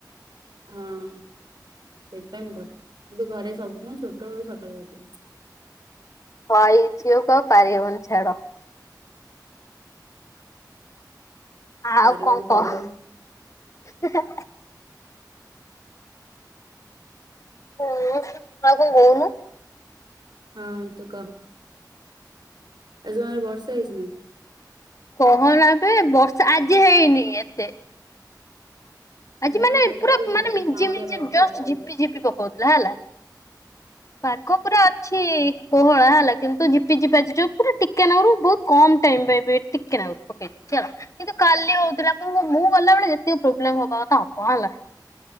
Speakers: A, on the right; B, on the left.
A: ହଁ ସେଇଥି ପାଇଁ ମୁ କରୁ ମୁଁ ବି ଘରେ ସବୁ ଦିନ ଛୋଟ ବେଳୁୁ ସ ସକାଳୁ ଗାଧୁଏ ।
B: ହ୍ବାଇ ଝିଅ କୁ ଆଉ ପାରି ହେବନି ଛାଡ । ଆଉ
A: ପାରିବାକୁ
B: କଣ କହ
A: ପଡିବ
B: । ହଁ, ନା କଁ କହୁନୁ?
A: ହଁ, ତୁକ । ଆଜି ତମଆରେ ବର୍ଷା ହେଇଛି ନା?
B: କହନାବେ ବର୍ଷା! ଆଜି ହେଇନି ଏତେ । ଆଜି ମାନେ,
A: ଆମର ଟୋଟାଲ
B: ପୁରା
A: ବି ହେଇନି
B: ମାନେ,
A: ଖାଲି
B: ମିଞ୍ଜି
A: କାଉଁଳିଆ
B: ମିଞ୍ଜି
A: ପାଗ
B: ଜଷ୍ଟ!
A: କରିଛି
B: ଝିପି
A: ହୁଁ।
B: ଝିପି ପକ୍ କହୁଥିଲା ହେଲା। ପାଗ ପୁରା କିଛି କୋହଳା ହେଲା, କିନ୍ତୁ ଝିପିଝିପି ଆଜି ଯଉ ପୁରା ଟିକେ ନାଗରୁ, ବହୁତ କମ ଟାଇମ଼୍ ପାଇଁ ବେ ଟିକେ ନା ପକେଇ ଦେଇଛି ହେଲା। କିନ୍ତୁ, କାଲି ହଉଥିଲା। ମୁଁ, ବା ମୁଁ, ଗଲାବେଳେ ଯେତିକି ପ୍ରୋବ୍ଲେମ୍ ହବା ତ କଣ ହେଲା?